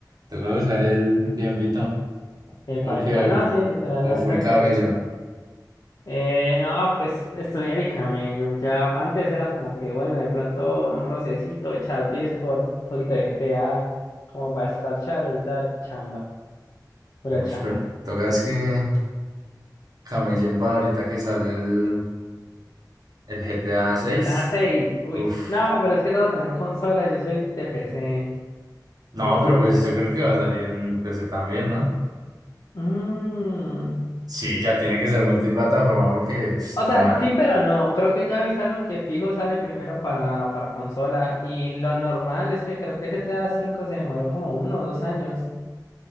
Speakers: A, on the right (about 60°); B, on the left (about 60°).
A: Toca buscar el, el tiempito.
B: Epa,
A: O que,
B: epa. No, sí, literal,
A: o
B: ahorita
A: full camello.
B: que eso. Eh, no, pues estudiar y camello. Ya antes era como que, bueno, de pronto un rocecito, echar Discord, un poquito de GTA, como para esfarchar. Ahorita chamba, pura
A: Uy,
B: chamba.
A: pues, tocas que camellen para ahorita que sale el, el GTA seis.
B: Y G T a seis uy.
A: Uf.
B: No, pero es que todo tener consola, yo soy de PC.
A: No,
B: Entonces,
A: pero pues yo creo que va a salir en PC también, ¿no?
B: mm,
A: Sí, ya tiene que ser multiplataforma porque pues,
B: o
A: no
B: sea,
A: más.
B: sí, pero no. Creo que ya avisaron que fijo sale primero para, para consola. Y lo normal es que creo que GTA V se demoró como uno o dos años.